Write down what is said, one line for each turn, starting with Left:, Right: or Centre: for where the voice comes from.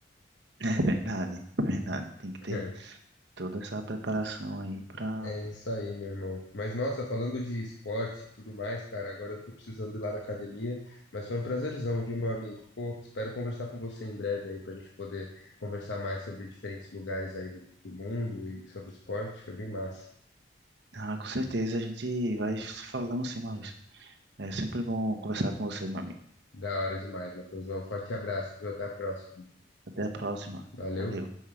Right: <laughs> é verdade, é verdade, tem que
Left: <laughs>
Right: ter toda essa preparação aí para,
Left: É, é isso aí, meu irmão. Mas nossa, falando de esporte e tudo mais, cara, agora eu tô precisando ir lá na academia, mas foi um prazerzão, viu, meu amigo? Pô, espero conversar com você em breve aí pra gente poder conversar mais sobre diferentes lugares aí do, do mundo e sobre esporte. Foi bem massa.
Right: ah, com certeza a gente vai falando sim, Maurício. É sempre bom conversar com você, meu amigo.
Left: Da hora demais, Matheusão. Forte abraço, viu? Até a próxima. mano.
Right: Até a próxima.
Left: Valeu.
Right: Valeu.